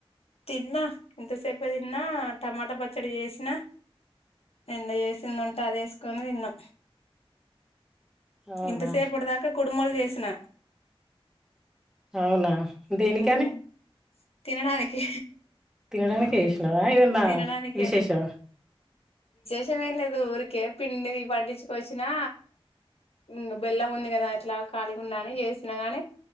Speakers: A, on the left (about 85°); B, in the centre.
A: తిన్నా ఇంతసేపు తిన్నా టమాటా పచ్చడి చేసినా నిన్న చేసింది ఉంటే అది వేసుకొని తిన్నాం
B: అవునా
A: ఇంతసేపటి దాకా కుడుమోలు చేసిన
B: అవునా దేనికని
A: ఉమ్ తినడానికి
B: తినడానికినికిే చేసినవా ఎందన్న
A: తినడానికే
B: విశేషవా
A: మే లేదు ఊరికే పిండి పట్టించుక వచ్చినా ఇం బెల్లం ఉంది కదా అట్లా కాలికుండాని చేసిన గాని